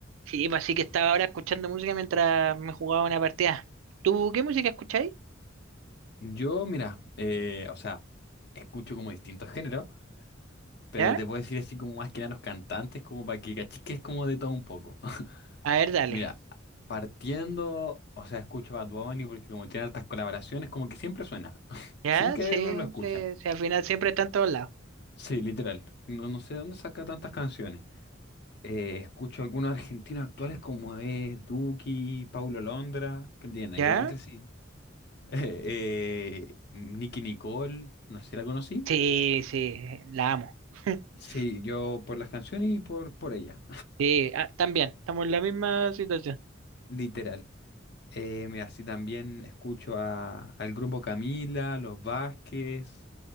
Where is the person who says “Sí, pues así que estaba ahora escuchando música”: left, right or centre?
Right